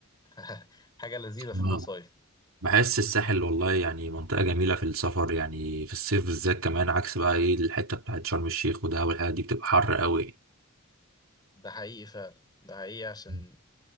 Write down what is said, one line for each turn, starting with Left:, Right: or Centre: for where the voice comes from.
Left: <laughs> حاجة لذيذة في
Right: آه.
Left: المصايف
Right: بحس الساحل والله يعني منطقة جميلة في السفر يعني في الصيف بالذات كمان عكس بقى إيه الحتة بتاعت شرم الشيخ ودهب والحاجات دي بتبقى حر قوي
Left: ده حقيقي فعلا ده حقيقي عشان
Right: مم.